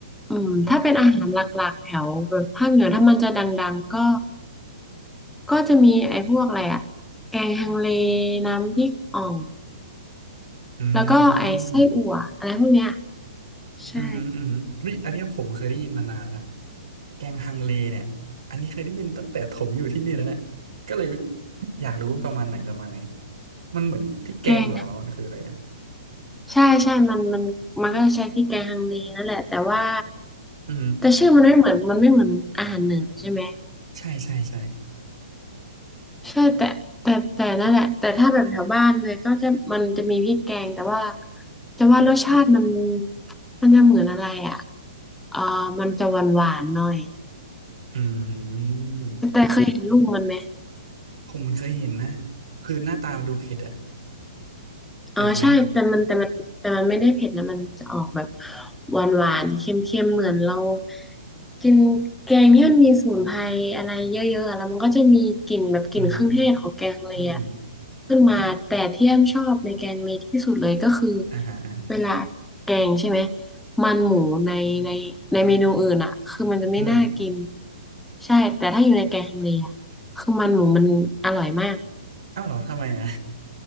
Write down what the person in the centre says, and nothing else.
อืมถ้าเป็นอาหารหลักๆแถวแบบภาคเหนือถ้ามันจะดังๆก็ก็จะมีไอ้พวกอะไรอะแกงฮังเลน้ำพริกอ่อง
แล้วก็ไอ้ไส้อั่วอะไรพวกเนี้ย
ใช่
แกงใช่ใช่มันมันมันก็จะใช้พริกแกงฮังเลนั่นแหละแต่ว่า
แต่ชื่อมันไม่เหมือนมันไม่เหมือนอาหารเหนือใช่ไหม
ใช่แต่แต่แต่นั่นแหละแต่ถ้าแบบแถวบ้านเลยก็จะมันจะมีพริกแกงแต่ว่าจะว่ารสชาติมันมันจะเหมือนอะไรอ่ะเออมันจะหวานหวานหน่อย
แต่เคยเห็นรูปมันไหม
อ๋อใช่แต่มันแต่มันแต่มันไม่ได้เผ็ดนะมันจะออกแบบหวานหวานเค็มเค็มๆเหมือนเรากินแกงที่มันมีสมุนไพรอะไรเยอะๆอะแล้วมันก็จะมีกลิ่นแบบกลิ่นเครื่องเทศของแกงเลยอะ
ขึ้นมาแต่ที่แอมชอบในแกงเลยที่สุดเลยก็คือ
เวลาแกงใช่ไหมมันหมูในในในเมนูอื่นอะคือมันจะไม่น่ากิน
ใช่แต่ถ้าอยู่ในแกงเลยอะคือมันหมูมันอร่อยมาก